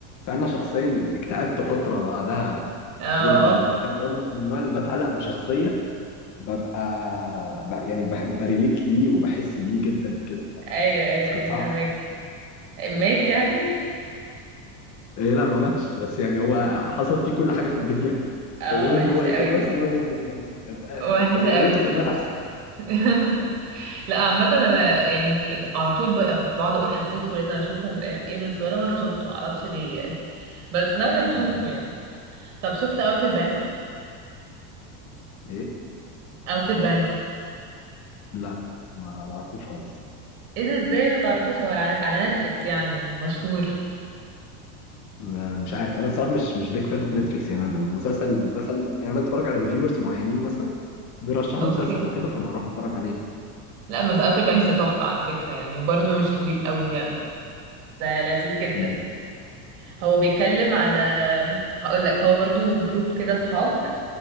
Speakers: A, on the left (about 40°); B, on the right (about 80°).
A: فانا شخصيا اكتئبت فتره بعدها
B: اه
A: جدا وبتاع وانا من النوع اللي بتعلق بشخصيه ببقى ب- يعني بحب بريليت ليه وبحس بيه جدا وكده
B: ايوه ايوه
A: بس كانت
B: ايوه
A: صعبه
B: فاهمك مات يعني
A: إيه لا ما ماتش بس يعني هو حصل فيه كل حاجه في الدنيا
B: اه
A: غير
B: وحشه
A: ان هو
B: قوي
A: كان
B: دي
A: ناقص ان هو يموت بس آه،
B: وحشه
A: كان يا
B: قوي
A: ريته
B: دي
A: كان مات احسن
B: <laughs> لا عامه انا يعني على طول بق- بقعد اقول هشوفه لازم اشوفه مش عارف ايه بس ولا مره شفته معرفش ليه يعني بس ناوي
A: <laughs>
B: هشوفه يعني طب شفت اوتر بانكس
A: ايه
B: اوتر بانكس
A: لا ما ما اعرفوش خالص
B: ايه ده ازاي ما تعرفوش هو على على نتفليكس يعني مشهور
A: ما- مش عارف انا الصراحه مش مش بيك فان اوف نتفليكس يعني أنا المسلسل مثلا يعني انا بتفرج على ريفيورز معينين مثلا بيرشحوا
B: اوكي
A: مسلسل او كده فبروح اتفرج عليه
B: لا بس اوتر بانكس ده تحفة على فكرة يعني وبرضه مش طويل قوي يعني ده لذيذ جدا
A: مم.
B: هو بيتكلم على هقول لك هو برضه جروب كده صحاب